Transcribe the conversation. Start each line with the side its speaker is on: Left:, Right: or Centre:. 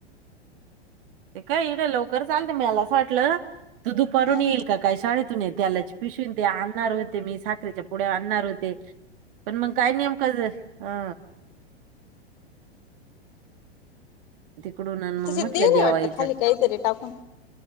Right: ते काय इथं लवकर आलतं मला असं वाटलं तो दुपारून
Left: हम्म
Right: येईल का काय शाळेतून तेलाची पिशवी ते आणणार होते मी साखरेच्या पुड्या आणणार होते पण मग काय नेमका ड्रेस आ
Left: <inaudible>
Right: इकडून आणि मग
Left: त्याच्यात
Right: म्हटलं
Left: दे नाही
Right: द्यावा
Left: वाटतं
Right: हिच्या
Left: खाली
Right: हातनं
Left: काहीतरी टाकून